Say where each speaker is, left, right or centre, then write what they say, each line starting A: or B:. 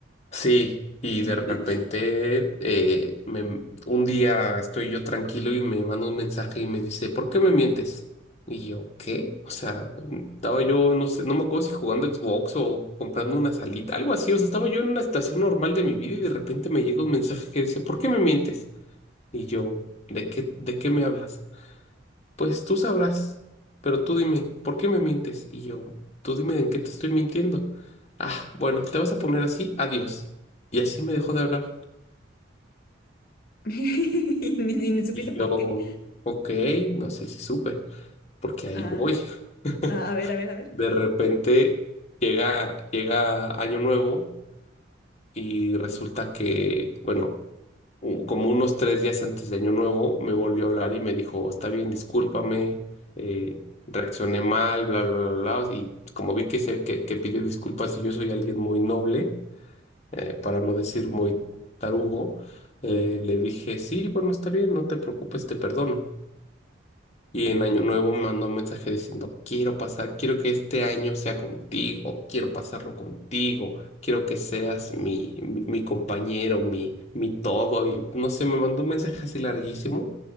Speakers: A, on the left; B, on the left.
A: Sí, y de
B: <laughs>
A: repente eh, me- un día estoy yo tranquilo y me manda un mensaje y me dice, ¿por qué me mientes? Y yo, ¿qué? O sea, estaba yo, no sé, no me acuerdo si jugando Xbox o comprando una salita, algo así. O sea, estaba yo en una estación normal de mi vida y de repente me llega un mensaje que dice, ¿por qué me mientes? Y yo, ¿de qué, de qué me hablas? Pues tú sabrás, pero tú dime, ¿por qué me mientes? Y yo, tú dime en qué te estoy mintiendo. Ah, bueno, te vas a poner así, adiós. Y así me dejó de hablar.
B: Y ni, ni- ni supiste
A: Y
B: por
A: yo,
B: qué.
A: ok, no sé si supe, porque ahí
B: Ah,
A: voy. <laughs>
B: ah, a ver, a ver, a ver.
A: De repente llega, llega Año Nuevo y resulta que, bueno, u- como unos tres días antes de Año Nuevo, me volvió a hablar y me dijo, está bien, discúlpame, eh, reaccioné mal, bla, bla, bla, bla. Y como vi que, se, que, que pidió disculpas y yo soy alguien muy noble, eh, para no decir muy tarugo, eh, le dije, sí, bueno, está bien, no te preocupes, te perdono. Y en Año Nuevo me mandó un mensaje diciendo, quiero pasar, quiero que este año sea contigo, quiero pasarlo contigo, quiero que seas mi, mi, mi compañero, mi, mi todo. Y no sé, me mandó un mensaje así larguísimo